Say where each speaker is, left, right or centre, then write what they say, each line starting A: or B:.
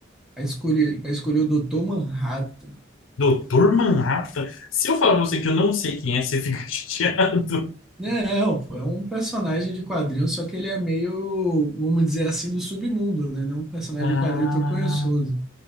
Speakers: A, in the centre; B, on the left.
A: a escolher, a escolher o Dr. Manhattan.
B: Doutor Manhattan? Se eu falar pra você que eu não sei quem é, você fica <laughs> chateado.
A: Não, pô, é um personagem de quadrinho, só que ele é meio, vamos dizer assim, do submundo, né? Não é um personagem
B: Ah,
A: de quadrinho tão conhecioso.